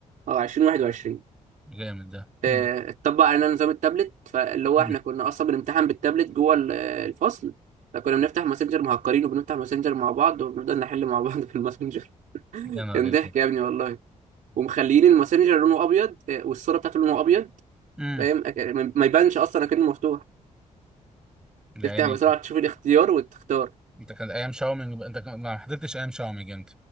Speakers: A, on the right (about 80°); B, in the centre.
A: اه 2021
B: جامد ده
A: آه،
B: امم
A: اتطبق علينا نظام التابلت فاللي هو
B: امم
A: احنا كنا اصلا بنمتحن بالتابلت جوه ال- الفصل فكنا بنفتح ماسنجر مهكرين وبنفتح ماسنجر مع بعض وبنفضل نحل مع بعض في الماسنجر <laughs>
B: يا نهار
A: كان
B: أبيض.
A: ضحك يا ابني والله ومخليين الماسنجر لونه ابيض آه، والصوره بتاعته لونه ابيض
B: امم
A: فاهم أك- ما ما يبانش اصلا اكنه مفتوح
B: يعني
A: تفتح بسرعه تشوف الاختيار وتختار
B: انت كان ايام شاومينج انت كان- ما حضرتش ايام شاومينج انت